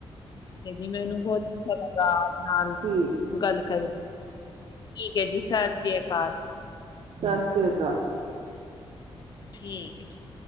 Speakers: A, on the left; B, on the right.
A: ਤੇ ਜੀ ਮੈਨੂੰ ਬਹੁਤ ਅੱਛਾ ਲੱਗਾ ਆਪ ਨਾਲ
B: ਠੀਕ
A: ਗੱਲ ਕਰਕੇ ਠੀਕ ਹੈ ਜੀ ਸਤਿ ਸ੍ਰੀ ਅਕਾਲ।
B: ਸਤਿ ਸ੍ਰੀ ਅਕਾਲ।
A: ਠੀਕ ਹੈ ਜੀ।